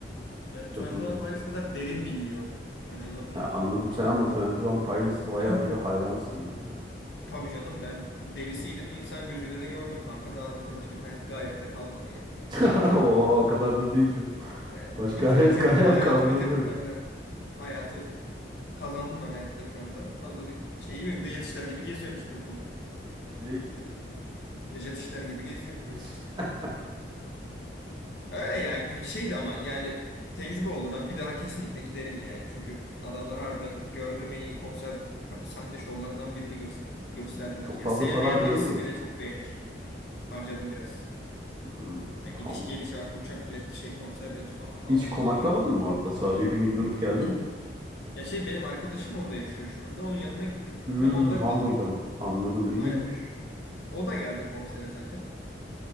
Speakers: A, on the left; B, on the right.
A: Ya 21
B: Lafını böldüm.
A: Pilots kadar derin bilmiyorum. Yani anladın mı?
B: Ya, anladım sen ama Twenty One Pilots bayağı
A: <clears throat>
B: böyle hayranısın ya.
A: Tabii canım ben delisiydim. İnsan gözüyle de gördüm kanka. Daha zaten başka bir hayat gayemde kalmadı yani.
B: <laughs> Oo, o kadar da değil canım.
A: Ee, bit
B: Başka <laughs>
A: bitirdim.
B: hikayem
A: Hayatı
B: kalmadı
A: bitirdim
B: demek.
A: kanka. Hayatı kazandım ben hayatta şu anda. Fazla bir şey yok. Necdet İşler gibi geziyorum işte okulda.
B: <laughs> Neyi gibi?
A: Necdet İşler gibi geziyorum.
B: Necdet işte.
A: Öyle ya gü- şeydi ama yani tecrübe oldu. Ben bir daha kesinlikle giderim yani. Çünkü adamlar harbiden gördüğüm en iyi konser sahne şovlarından
B: <laughs>
A: birini gö- gösterdiler.
B: Anladım. Çok
A: Yani
B: fazla
A: sevmeyen
B: para harcadın
A: birisi
B: mı?
A: bile çok beğenir. Harcadım biraz.
B: Hmm,
A: Ya gidiş
B: ham-
A: geliş artı uçak bileti şey konser bileti falan pahalıydı
B: Hiç konaklamadın
A: yani.
B: mı orada? Sadece bir gün durup geldin
A: <clears throat>
B: mi?
A: Ya şey benim arkadaşım orada yaşıyor şu anda. Onun yanına gittim.
B: Hmm,
A: Hem onda
B: Hamburg'a.
A: kaldım.
B: Anladım, iyiymiş.
A: Aynen. O da geldi konsere zaten.